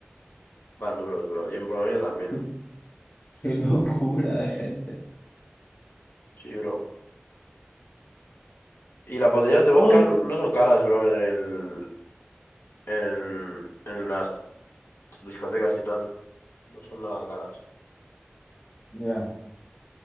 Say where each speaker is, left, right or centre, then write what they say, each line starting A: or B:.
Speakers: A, on the left; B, on the left.
A: Van duros, bro. Y en Polonia también.
B: Qué, qué locura de gente.
A: Sí, bro. Y las botellas de vodka
B: ¡Uy!
A: no son caras, bro, en el, en, en las discotecas y tal. No son nada caras.
B: Ya,